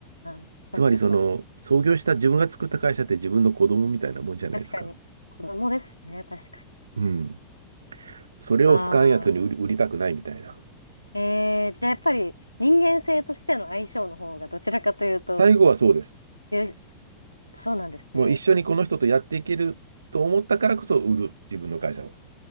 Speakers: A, on the left; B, on the right.
A: あそっか、
B: つまりその、
A: そっか。
B: 創業した自分が作った会社って自分の子供みたいなもんじゃないですか。
A: 確かに。子供ですね、確かに。
B: うん。それを好かんやつに売り、
A: あ、あ
B: 売りたくないみたいな。
A: えーじゃあやっぱり人間性としての相性の方がどちらかというと、
B: 最後はそうです。
A: えそうなんですね。
B: もう一緒にこの人とやっていけると思ったからこそ売る、自分の会社を。